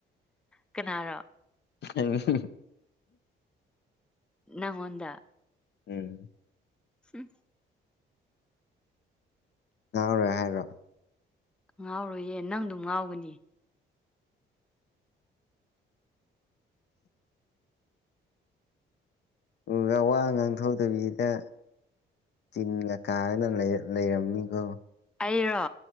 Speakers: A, in the centre; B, on the left.
A: ꯀꯅꯥꯔꯣ꯫
B: <unintelligible>
A: ꯅꯪꯉꯣꯟꯗ꯫
B: ꯎꯝ꯫
A: ꯁꯤ
B: ꯉꯥꯎꯔꯣꯏ ꯍꯥꯏꯔꯣ
A: ꯉꯥꯎꯔꯣꯏꯌꯦ ꯅꯪꯗꯣ ꯉꯥꯎꯒꯅꯤ
B: ꯎ ꯋꯥ ꯉꯥꯡꯊꯣꯛꯗꯕꯤꯗ ꯇꯤꯟꯒ ꯀꯥꯔ ꯂꯩꯔꯝꯃꯤꯀꯣ꯫
A: ꯑꯩꯔꯣ꯫